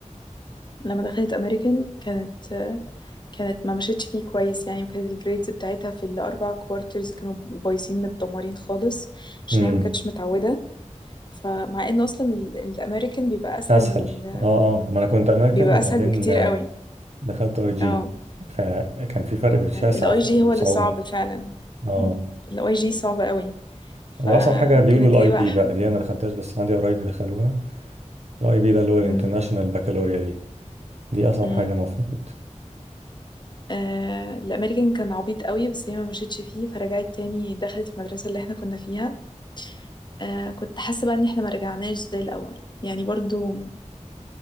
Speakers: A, on the left (about 35°); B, on the right (about 60°).
A: لما دخلت امريكان كانت كانت ما مشيتش فيه كويس يعني وكانت الجريدز بتاعتها في الاربع كوارترز كانوا بايظين متدمرين خالص عشان
B: امم
A: هي ما كانتش متعوده فمع ان اصلا ال- الامريكان بيبقى اسهل
B: أسهل
A: من ال...
B: اه اه ما أنا كنت أمريكان
A: بيبقى
B: وبعدين
A: اسهل بكتير
B: آه،
A: قوي
B: دخلت أي جي
A: اه
B: فكان في فرق شاسع
A: الاي
B: في
A: جي
B: الصعوبة
A: هو اللي صعب فعلا
B: اه
A: الاي جي صعب قوي
B: وأصعب
A: فكانت
B: حاجة بيقولوا الأي
A: هي بقى
B: بي
A: حق.
B: بقى دي أنا ما دخلتهاش بس عندي قرايب دخلوها الأي بي ده اللي هو الانترناشونال
A: مم.
B: بكالوريا دي دي أصعب
A: مم.
B: حاجة المفروض
A: آه، الامريكان كان عبيط قوي بس هي ما مشيتش فيه فرجعت تاني دخلت المدرسة اللي احنا كنا فيها آه، كنت حاسة بقى ان احنا ما رجعناش زي الاول يعني برضو